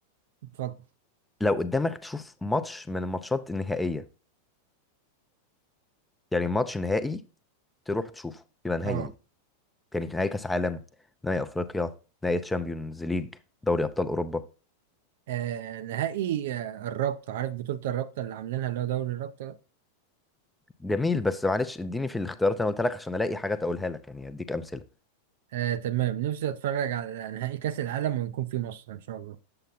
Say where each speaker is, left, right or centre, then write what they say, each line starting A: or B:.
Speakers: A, on the right (about 55°); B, in the centre.
A: اتفضل
B: لو قدامك تشوف ماتش من الماتشات النهائية يعني ماتش نهائي تروح تشوفه يبقى نهائي
A: اه
B: إيه؟ كانت نهائي كاس عالم نهائي افريقيا نهائي تشامبيونز ليج دوري ابطال اوروبا
A: آه، نهائي آه، الرابطة عارف بطولة الرابطة اللي عاملينها اللي هو دوري الرابطة ده؟
B: جميل بس معلش اديني في الاختيارات اللي انا قلت لك عشان الاقي حاجات اقولها لك يعني اديك امثله
A: آه تمام نفسي اتفرج على نهائي كأس العالم ويكون في مصر ان شاء الله